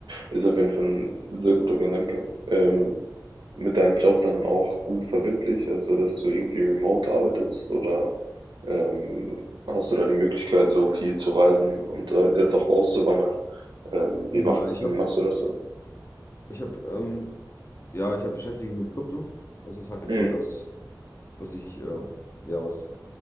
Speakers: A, on the right (about 80°); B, on the left (about 35°).
A: Ist auf jeden Fall ein sehr guter Gedanke. Ähm, mit deinem Job dann auch gut verbindlich, also dass du irgendwie remote arbeitest oder, ähm, hast du da die Möglichkeit, so viel zu reisen und, äh, jetzt auch auszuwandern? Ähm, wie
B: Ja,
A: macht
B: ich
A: wie
B: habe,
A: machst du das so?
B: ich habe, ähm, ja, ich habe beschäftigt mich mit Krypto. Das ist halt
A: Mhm.
B: so, dass, was ich, äh, ja, was